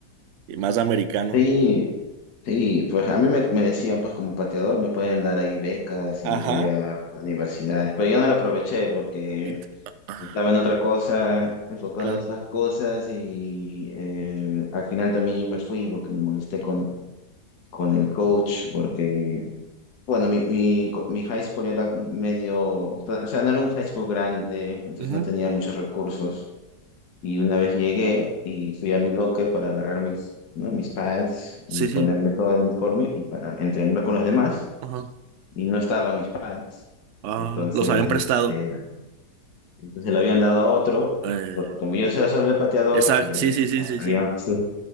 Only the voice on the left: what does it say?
sí, sí, pues a mí me, me decían pues como pateador me pueden dar ahí becas
y me voy a, a universidades, pero yo no lo aproveché porque
estaba en otra cosa, enfocado
en otras cosas y eh, al final también yo me fui porque me molesté con, con el coach, porque, bueno, mi, mi, co- mi high school era un medio, o sea, no era un high school grande, entonces
no tenía muchos recursos y una vez llegué y fui a mi locker para agarrar mis, ¿no? mis pads
y
ponerme todo el uniforme y para entrenar con los demás
y no estaban mis pads.
Entonces,
eh, Entonces lo habían dado a otro,
porque como yo era solo el pateador
y
había,
habían,
sí,